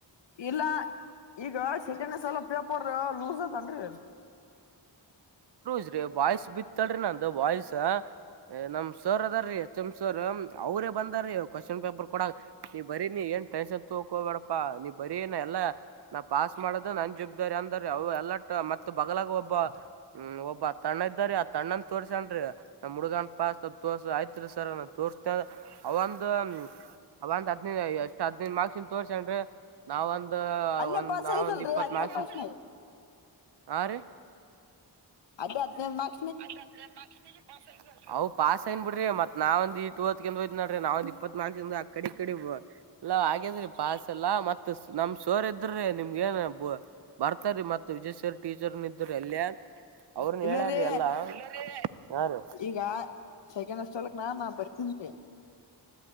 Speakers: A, on the left (about 80°); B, on the right (about 65°).
A: ಇಲ್ಲ ಈಗ ಸಕನ್ ಸಲ ಪೇಪರ್ ಲೂಸ್ ಅತನ್ರಿ
B: ಜ್ರಿ ಬಾಯ್ಸ್ ಬಿತ್ತಲ್ಿ ನಂದು ಬಾಯ್ಸ ನಮ್ ಸೋರ್ ಅದ ರೀ ಎಚ್ ಎಂ್ ಸೋರ್ ಅವರೇ ಬಂದಾರೀ ಕ್ವಶನ್ ಪೇಪರ್ ಕೊೂಡ ನೀ ಬರೀ ನೀ ಏನ್ ಟೆನ್ಷನ್ ತೊಕೊಬೇಡಪ್ಪಾ ನೀ ಬರೀನ ಎಲ್ಲಾ ನಾ ಪಾಸ್ ಮಾಡೋದು ನನ್ ಜಬ್ದಾರಿ ಅಂದ್ರ ಅವ ಎಲ್ಲ ಮತ್ತ ಬಗ್ಲಾಗ ಒಬ್ಬ ಒಬ್ಬ ಹ್ಮ ಒಬ್ಬ ತಣ್ಣ ಇದ್ದಾರಿ ಆ ತಣ್ಣನ್ ತೋರ್ಸನ್್ರಿ ನಮ್ಮ್ ಹುಡ್ಗನ್ ಪಾಸ್ ತೋರ್ಸ ಆಯ್ತ್ರಿ ಸರ್ ನ ತೋರ್ತೆ ಅವಂದ ಅವಂದ್ ಹದಿನೈದು ಎಷ್ಟ್ ಹದಿನೈದು ಮಾರ್ಕ್ಸನ್ ತೋರ್ಸನ್ರೀ ನಾವೊಂದ
A: ಅಲ್ಲೇ
B: ಒಂದ್
A: ಪಾಸ್
B: ನಾವ
A: ಆಗಿದಲ್ರರಿ
B: ಒಂದ್ ಇಪ್ಪತ್ನಾಲ್ಕ
A: ಹದ್ನೈದು ಪಾಸ್ನಾಗ
B: ಹಾರೀ
A: ಅದು ಹದಿನೈದದುಕ್
B: <unintelligible> ಅವು ಪಾಸ್ ಐನ್ ಬಿಡ್ರ ಮತ್ ನಾವ ಒಂದ ಇಟ್ವತ್ ಹೋಯ್ ನಡ್ರ ನಾವ ಒಂದ ಇಪ್ಪತ್ ನಾಕ ಜ ಆಗ್ತ ಕಡಿ ಕಡಿ ಎಲ್ಲ ಹಾಗ್ಯಾದ್ರೆ ಪಾಸಲ್ಲಾ ಮತ್ ನಮ್ ಶೋರ್ ಇದ್ರೆ ನಿಮ್ಗಏನ್ ಬರ್ತಾರ ಮತ್ತ ವಿಜಯ್ವರ್ ಟೀಚರ್ನ ಇದ್ರ ಅಲ್ಲಯ ಅವ್ರನ್
A: ಇಲ್ಲರೀ
B: ಹೇಳಾರ ರಿ ಎಲ್ಲಾ ಹಾ ರೀ
A: ಈಗ ಸೆಕೆಂಡ್ ಅಸ್ಲ್ಕ್ ನ ನಾ ಬರ್ತನ್ವಿ